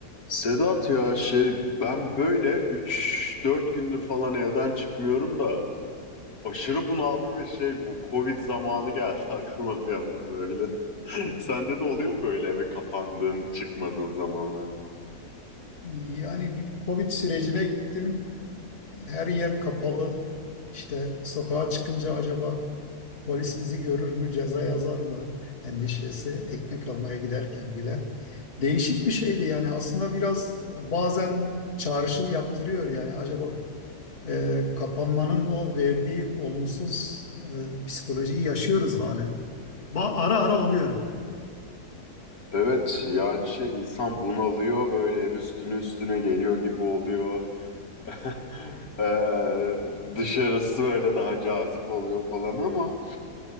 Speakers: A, on the left; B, on the left.
A: Sedat ya şey ben böyle üç dört gündür falan evden çıkmıyorum da aşırı bunaldım ve şey bu Covid zamanı geldi <laughs> aklıma bir anda böyle. <laughs> Sende de oluyor mu böyle eve kapandığın hiç çıkmadığın zamanlar?
B: Yani bir Covid sürecine gittim. Her yer kapalı. İşte sokağa çıkınca acaba polis bizi görür mü, ceza yazar mı endişesi. Ekmek almaya giderken bile. Değişik bir şeydi yani aslında biraz bazen çağrışım yaptırıyor yani acaba e, kapanmanın o verdiği olumsuz e, psikolojiyi yaşıyoruz hala. Ba ara ara oluyor.
A: Evet yani şey insan bunalıyor böyle ev üstüne üstüne geliyor gibi oluyor. <laughs> Ee, dışarısı böyle daha cazip oluyor falan ama